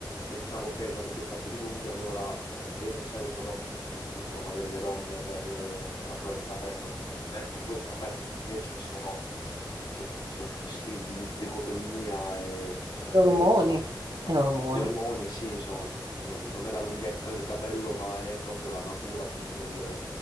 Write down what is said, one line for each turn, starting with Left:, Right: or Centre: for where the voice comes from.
Left: Pensavo che, dato che ho i capelli lunghi, allora eh, bene usare i prodotti che usano magari le donne per, eh, per la cura del capello, mentre poi ho scoperto che invece sono, eh, cioè, ci sono tutti studi di tricotomia e eh,
Right: Gli
Left: che,
Right: ormoni,
Left: insomma,
Right: gli ormoni.
Left: gli ormoni, sì, sono- non non è la lunghezza del capello, ma è proprio la natura, quindi del,